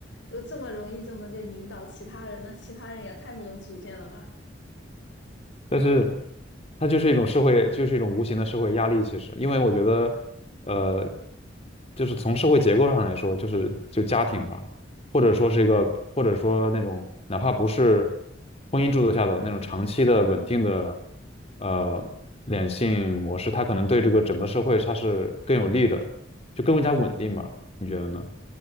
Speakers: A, on the left (about 70°); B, on the left (about 35°).
A: 就这么容易就能够引导其他人，那其他人也太没有主见了吧。
B: 但是它就是一种社会，就是一种无形的社会压力。其实，因为我觉得，呃，就是从社会结构上来说，就是就家庭吧，或者说是一个，或者说那种哪怕不是婚姻制度下的那种长期的稳定的呃两性模式，它可能对这个整个社会它是更有利的，就更加稳定吧？你觉得呢？